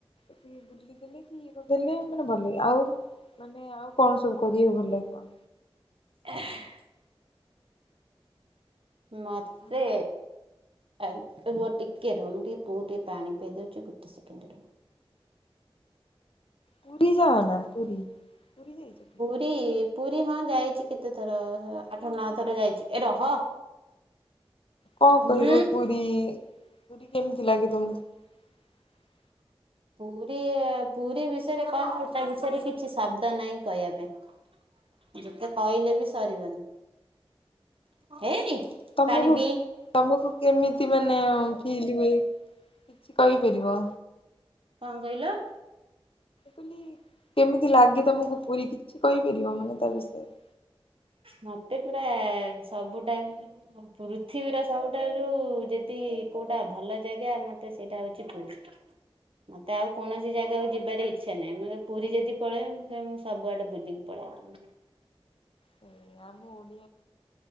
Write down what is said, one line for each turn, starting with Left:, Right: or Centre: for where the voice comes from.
Left: <unintelligible> ବୁଲିଦେଲେ କି ଇଏ କରିଦେଲେ ମାନେ ଭଲ ଲାଗେ ଆଉ ମାନେ ଆଉ କଣ ସବୁ କରିଆକୁ ଭଲ ଲାଗେ କ?
Right: ଏହ୍ ମତେ
Left: ହ୍ୟାଲୋ
Right: ଆର ରୁଅ ଟିକେ ରୁଅ ମୁଁ ଟିକେ ପୁଅକୁ ଟିକେ ପାଣି ପେଇ ଦଉଚି ଗୋଟେ ସେକେଣ୍ଡରୁଅ।
Left: ପୁରୀ ଯାଅନା ପୁରୀ, ପୁରୀ ଯାଇଚକି?
Right: ରୀ ପୁରୀ ହଁ ଯାଇଚି କେତେ ଥର ଆଠ ନଅ ଥର ଯାଇଚି ଏ ରହ।
Left: କଣ
Right: ହୁଁ
Left: କହିବ ପୁରୀ ପୁରୀ କେମିତି ଲାଗେ ତମକୁ? <inaudible>
Right: ପୁରୀ- ପୁରୀ ବିଷୟରେ କଣ ତା ବିଷୟରେ କିଛି ଶବ୍ଦ ନାହିଁ କହିବା ପାଇଁ। ଯେତେ କହିଲେ ବି ସରିବନି। <inaudible>
Left: ତମକୁ ତମକୁ କେମିତି ମାନେ ଫିଲ୍ ହୁଏ କିଛି କହିପାରିବ?
Right: କଣ୍ କହିଲ?
Left: କହିଲ କେମିତି ଲାଗେ ତମକୁ ପୁରୀ କିଛି କହିପାରିବ ମାନେ ତା ବିଷୟରେ?
Right: ମତେ ପୁରା ସବୁ ଟା ପୃଥିବୀର ସବୁଠାରୁ ଯଦି କଉଟା ଭଲ ଜାଗା ମତେ ସେଇଟା ହଉଚି ପୁରୀ। ମତେ ଆଉ କୌଣସି ଜାଗାକୁ ଯିବାରେ
Left: ଆମ
Right: ଇଚ୍ଛା ନାହିଁ ମାନେ ପୁରୀ ଯଦି ପଳେଇ ମୁଁ ସବୁଆଡେ ବୁଲିକି ପଳେଇ ଆଇବି।
Left: <unintelligible>